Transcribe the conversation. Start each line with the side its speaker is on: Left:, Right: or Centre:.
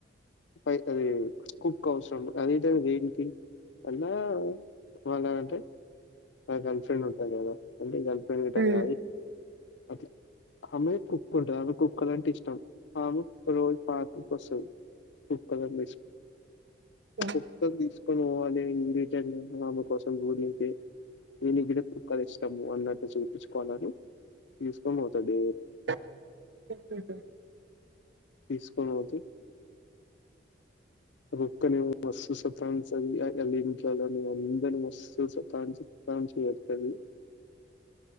Left: పై అది కుక్ అవసరం అది దేనికి అయినా వాళ్ళంటే గర్ల్ ఫ్రెండ్ ఉంటంది కదా అంటే వెళ్ళటం
Right: ఉహు.
Left: కాది అట్ల ఆమె కుక్ ఉంటది ఆమె కుక్కల అంటే ఇష్టం ఆమె రోజు పార్క్ కు వస్తది కుక్కలను అమేసి
Right: ఉహు.
Left: కుక్ తీస్ క్కొని పోవాలి ఈ రిటై ఆమె కోసం గుడి అయితే దేనికిడ కుక్కలు ఇస్తము అన్నట్టు చూపించుకోవాల తీసుకొని పోతాడే
Right: అ అ
Left: తీసుకుని పోతే రక్క న మస్సు సతాఇస్తది అల్ ఇంట్లో అందరిని మస్ సతాం సతాంసు వెత్తది